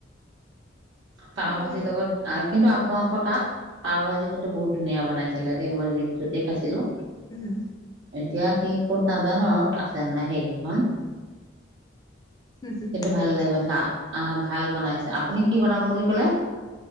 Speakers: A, on the right (about 75°); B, on the left (about 20°).
A: পাউ
B: উম
A: ভাজিৰ লগত আ, কিন্তু আপোনালোকৰ তাত পাউ ভাজি কিন্তু বহুত ধুনীয়া বনাই লে, দেই মই যেত, য'তে খাইছিলোঁ,
B: উম
A: এতিয়া কি ক'ত নাজানোঁ আৰু আছেনে নাই সেইকিখন।
B: হম
A: সেইটো ভাল লাগিব দে, আ, আ, ভাল বনাইছে আপুনি কি বনাম বুলি ক'লে?